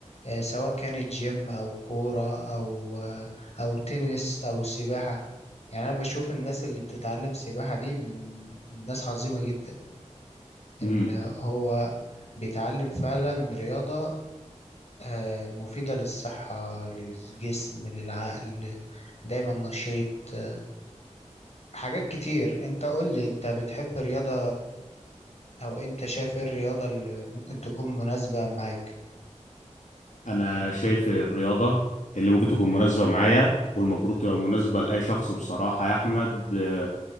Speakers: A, on the left (about 60°); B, on the left (about 80°).
A: آه، سواء كانت جيم أو كورة أو آه، أو تنس أو سباحة يعني أنا بشوف الناس اللي بتتعلم سباحة دي من ناس عظيمة جدا
B: مم.
A: إن هو بيتعلم فعلا رياضة آه، مفيدة للصحة للجسم للعقل دايما نشيط آه، حاجات كتير انت قول لي انت بتحب رياضة او انت شايف ايه الرياضة اللي ممكن تكون مناسبة معاك
B: أنا شايف الرياضة اللي ممكن تكون مناسبة معايا والمفروض تبقى مناسبة لأي شخص بصراحة يا أحمد آه،